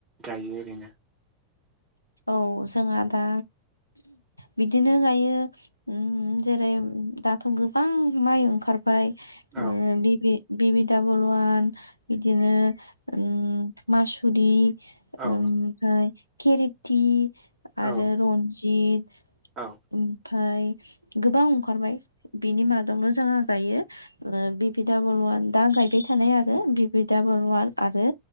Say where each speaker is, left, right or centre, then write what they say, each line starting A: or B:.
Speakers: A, on the right; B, on the left.
A: गायो ओरैनो
B: औ जोंहा दा बिदिनो गायो जेरै दाथ गोबां माइ ओंखारबाय ओ
A: औ
B: बिबि बिबि डाबल वान बिदिनो उम मासुरि
A: औ
B: उम मफाय खेरेथि
A: औ
B: आरो रन्जित
A: औ
B: उम ओमफाय गोबां ओंखारबाय बिनि मादावनो जोंहा गायो बिबिडाबल दा गायबाय थानाय आरो बिबि आरो